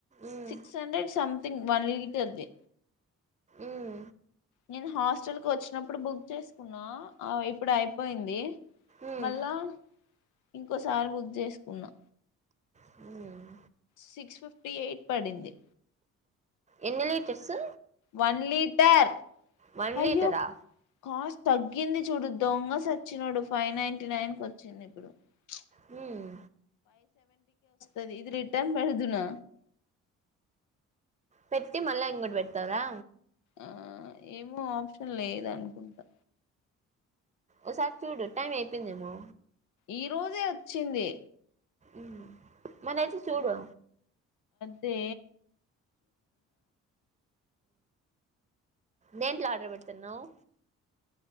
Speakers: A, on the right; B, on the left.
A: ఉమ్
B: సిక్స్ హండ్రెడ్ సం అది వన్ లీటర్ది
A: ఉమ్
B: నేను హాస్టల్ కు వచ్చినప్పుడు బుక్ చేసుకున్నా ఆ ఇప్పుడు అయిపోయింది.
A: ఉమ్
B: మళ్ళా ఇంకోసారి బుక్ చేసుకున్నా.
A: హ్మ్
B: సిక్స్ ఫిఫ్టీ ఎయిట్ పడింది.
A: ఎన్ని లీటర్సు
B: వన్ లీటర్
A: వన్ లీటరా
B: అయ్యో కాస్ట్ తగ్గింది చూడు దొంగ సచ్చినోడు ఫైవ్ నైన్టీ నైన్ కి వచ్చింది. ప్చ్
A: హ్మ్
B: అది ఇది రిటర్న్ పెడదునా
A: పెట్టి మళ్ళా ఇంకోటి పెడతరా
B: ఆ ఏమో ఆప్షన్ లేదు అనుకుంటా
A: ఓసారి చూడు టైం అయిపోయిందేమో
B: ఈ రోజే వచ్చింది
A: మ్మ్ మనేతే చూడు
B: తే
A: దేంట్లో ఆర్డర్ పెడుతున్నావ్